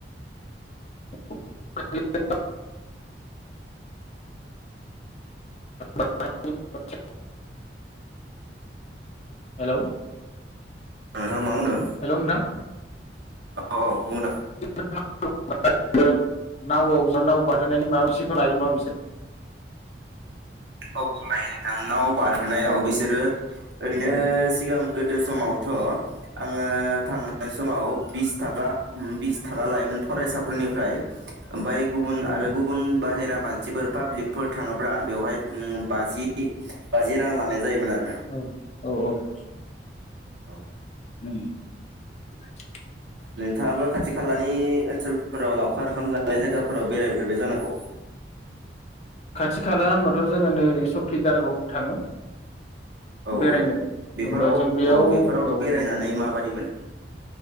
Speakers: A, on the left (about 35°); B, on the right (about 80°).
A: <inaudible> <unintelligible> हेलौ,
B: नोंथां मा बुंदों
A: हेलौ नोंथां
B: औ औ बुं नोंथा।
A: <unintelligible> नावआव नाव बारहोनाय माबा बिसेफोर लायो माबा बिसोर
B: औ औ लायो नोंथांमोननाव बारहोनायाव
A: औ
B: बिसोरो ओरैनो
A: औ
B: सिगां गोदो समावथ' आङो थांनाय समाव बिस थागा बिस थागा लायोमोन फरायसाफोरनिफ्राय। ओमफाय गुबुन
A: औ
B: आरो गुबुन बाहेरा मानसिफोर पाब्लिकफोर थाङोब्रा उम बाजि <unintelligible> बाजि रां लानाय जायोमोन आं।
A: औ औ औ। <inaudible>
B: औ।
A: <inaudible>
B: नोंथाङाबो खाथि खालानि ओनसोलफोराव लावखार ओंखाम जानाय जायगाफोराव बेरायफेरबाय जानांगौ।
A: खाथि खाला होनबाथ' जोङो नै ओरै सकि दारागाव थाङो।
B: औ
A: बेरायनो
B: औ बेफोराव
A: होमबा जों बेयाव
B: औ बेफोराव
A: औ
B: बेरायनानै माबा दि मोनो?